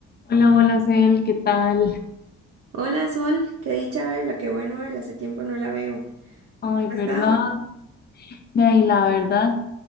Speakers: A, on the left; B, on the right.
A: Hola, hola, Cel, ¿qué tal?
B: Hola Sol, qué dicha verla, qué bueno verla, hace tiempo no la veo.
A: Ay,
B: ¿Cómo
A: ¿verdad?
B: ha estado?
A: De ahí, la verdad,